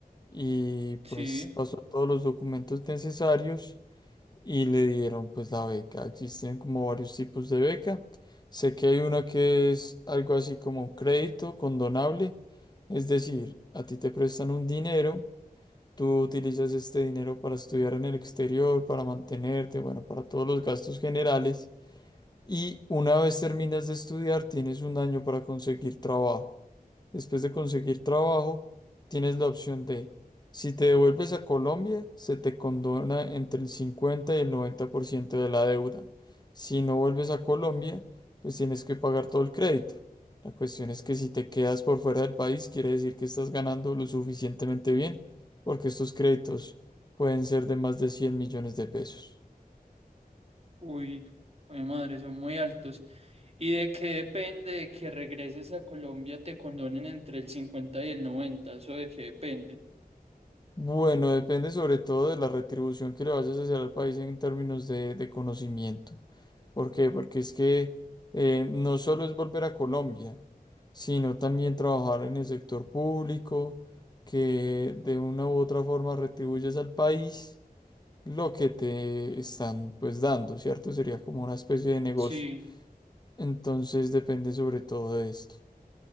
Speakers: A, on the left (about 25°); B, on the right (about 40°).
A: y
B: Sí.
A: pues pasó todos los documentos necesarios y le dieron pues la beca. Existen como varios tipos de beca. Sé que hay una que es algo así como un crédito condonable, es decir, a ti te prestan un dinero, tú utilizas este dinero para estudiar en el exterior, para mantenerte, bueno, para todos los gastos generales. Y una vez terminas de estudiar, tienes un año para conseguir trabajo. Después de conseguir trabajo, tienes la opción de, si te devuelves a Colombia, se te condona entre el 50 y el 90% de la deuda. Si no vuelves a Colombia, pues tienes que pagar todo el crédito. La cuestión es que si te quedas por fuera del país, quiere decir que estás ganando lo suficientemente bien, porque estos créditos pueden ser de más de 100 millones de pesos.
B: Uy, mi madre, son muy altos. ¿Y de qué depende de que regreses a Colombia te condonen entre el 50 y el 90? ¿Eso de qué depende?
A: Bueno, depende sobre todo de la retribución que le vayas a hacer al país en términos de, de conocimiento. ¿Por qué? Porque es que eh, no solo es volver a Colombia, sino también trabajar en el sector público, que de una u otra forma retribuyes al país lo que te están pues dando, ¿cierto? Sería como una especie de negocio.
B: Sí,
A: Entonces depende sobre todo de esto.